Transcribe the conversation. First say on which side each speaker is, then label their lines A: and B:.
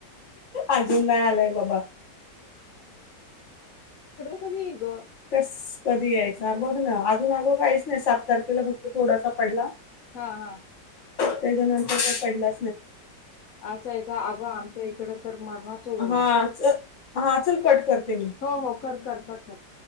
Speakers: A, on the left; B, on the left.
A: अजून नाही आलाय बाबा
B: क ग
A: कस कधी यायचा बघ ना अजून अगो काहीच नाही सात तारखेला फक्त थोडासा पडला
B: हा हा
A: त्याच्या नंतर काय पडला
B: असं आहे का अग आमच्या इकड तर मरणाच होऊ
A: हा
B: नये अ
A: च हा चल कट करते मी
B: हो हो कर कर घठन